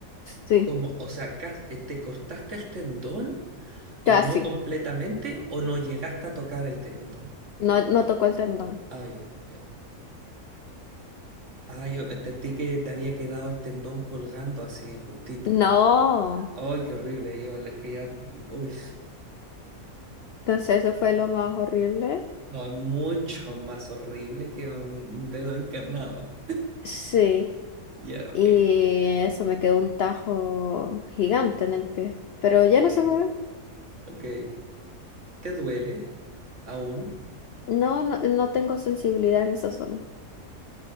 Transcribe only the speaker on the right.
¿Cómo? O sea, cas- eh, ¿te cortaste el tendón y
no completamente o no llegaste a tocar el tendón?
Ah, ya, entiendo. Ah, yo entendí que te había quedado el tendón colgando así justito.
Ay, qué horrible, yo es que ya, uy,
no, es mucho más horrible que un, un dedo encarnado.
Ya, ok,
ok,
ok. ¿Te duele aún?